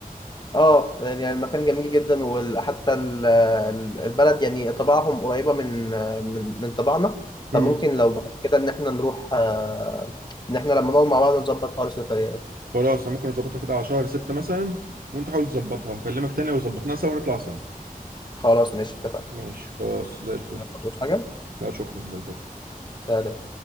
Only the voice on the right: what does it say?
مم.
خلاص أنا ممكن اظبطها كده على شهر ستة مثلا وانت حاول تظبطها هكلمك تاني لو ظبطناها سوا نطلع سوا
ماشي خلاص زي الفل
لا شكرا باي باي